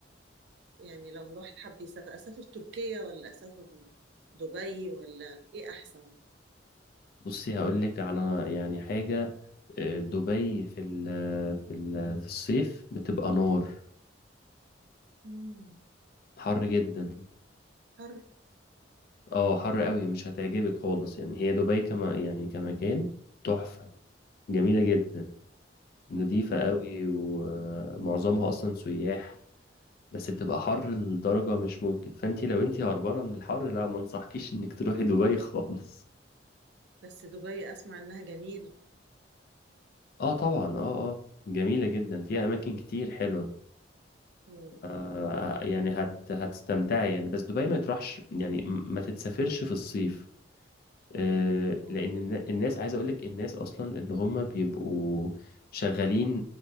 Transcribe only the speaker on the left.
بصي هقولك على يعني حاجة آه، دبي في ال في ال في الصيف بتبقى نار
حر جدا
اه حر قوي مش هتعجبك خالص يعني هي دبي كما يعني كمكان تحفة جميلة جدا نظيفة
قوي ومعظمها اصلا سياح بس بتبقى حر لدرجة مش ممكن فانتي لو انتي هربانة من الحر لا ما انصحكيش انك تروحي دبي خالص
اه طبعا اه اه جميلة جدا فيها أماكن كتير حلوة
آه يعني هت هتستمتعي يعني بس دبي ما تروحش يعني م- ما تتسافرش في الصيف آه،
لان النا- الناس عايز اقول لك الناس اصلا اللي هم بيبقوا شغالين